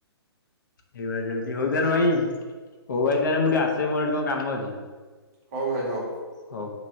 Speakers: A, on the left; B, on the right.
A: ଏଇ ଭଳିଆ ଚାଲିଚି। ହୋଉ ତାନେ ଭାଇ ହୋଉ ଭାଇ ତାହେନେ ମୁଁ ଟିକେ ଆସେ ମୋର ଏଠି କଁ କାମ ଅଛି।
B: ହଉ ଭାଇ ହଉ।
A: ହଉ।